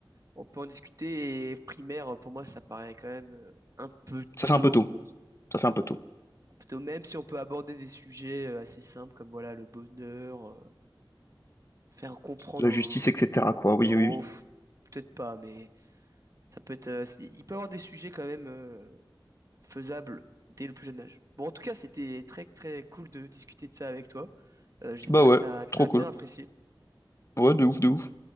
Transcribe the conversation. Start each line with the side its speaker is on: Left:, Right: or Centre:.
Right: On peut en discuter et primaire, pour moi, ça paraît quand même euh, un peu
Left: Ça
Right: tôt.
Left: fait un peu tôt. Ça fait un peu tôt.
Right: Un peu tôt, même si on peut aborder des sujets euh, assez simples comme voilà le bonheur, euh, faire comprendre
Left: La justice, etc. quoi. Oui,
Right: aux... aux-
Left: oui, oui.
Right: pff, peut-être pas, mais ça peut être. euh, il peut y avoir des sujets quand même euh, faisable dès le plus jeune âge. Bon, en tout cas, c'était très, très cool de discuter de ça avec toi. Euh, j'espère
Left: Bah ouais,
Right: que t'as, que
Left: trop
Right: t'as
Left: cool.
Right: bien apprécié.
Left: Ouais, de ouf, de ouf.